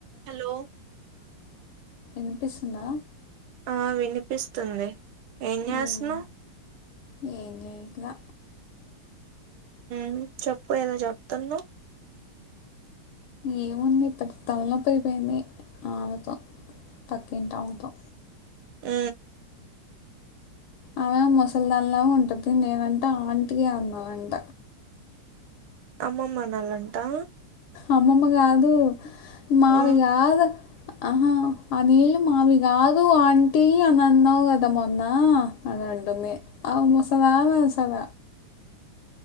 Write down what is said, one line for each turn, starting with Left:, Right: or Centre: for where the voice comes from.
Right: Hello!
Left: విన్పిస్తుందా?
Right: ఆ విన్పిస్తుంది ఏం చేస్తున్నవ్
Left: ఉమ్ ఏం చేయట్లా
Right: మ్ చెప్పు ఏదో చెప్తున్నవ్
Left: ఏముంది పెద్ద తలనొప్పైపోయింది ఆమెతో పక్కింట్ ఆమెతో
Right: మ్
Left: ఆమె ముసల్ దాన్లాగుంటది నేనంట ఆంటీ అనాలంట.
Right: అమ్మమ్మ అనాలంటా
Left: అమ్మమ్మ కాదు మావి
Right: ఆ
Left: గాదు అహ ఆ నీళ్ళు మావి గాదు ఆంటీ అన్ అన్నావు గదా మొన్నా అంటుంది ఆమె ముసలామె అసల